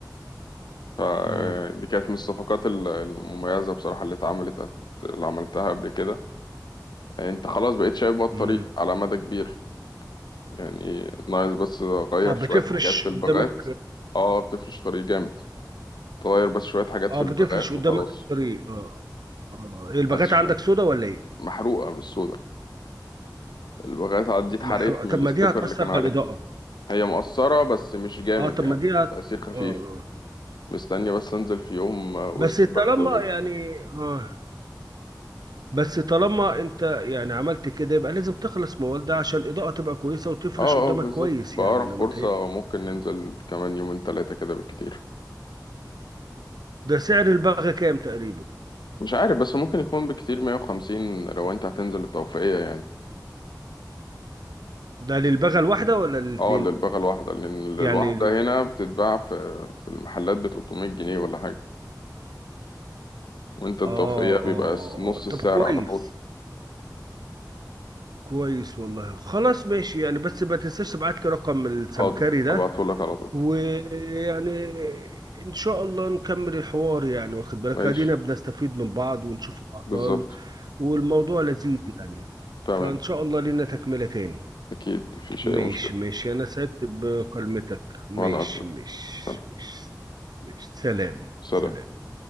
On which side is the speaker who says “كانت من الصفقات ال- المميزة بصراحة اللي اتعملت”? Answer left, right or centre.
Left